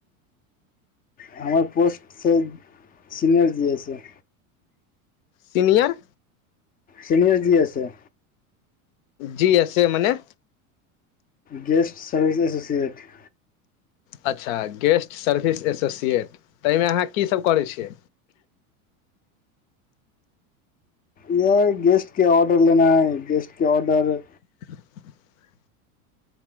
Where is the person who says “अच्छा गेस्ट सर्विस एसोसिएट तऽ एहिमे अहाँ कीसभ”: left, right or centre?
Left